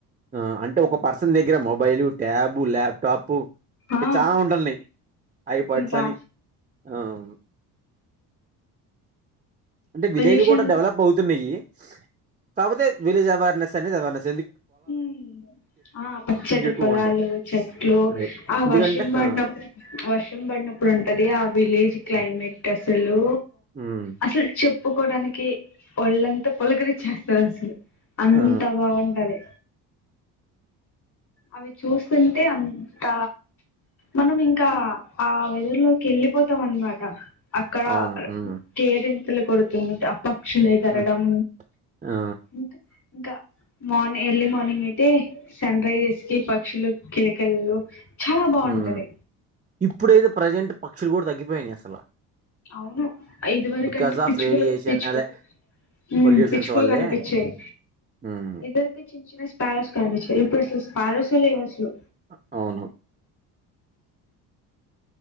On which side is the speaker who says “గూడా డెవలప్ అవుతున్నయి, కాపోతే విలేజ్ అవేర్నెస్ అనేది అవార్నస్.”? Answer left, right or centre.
Right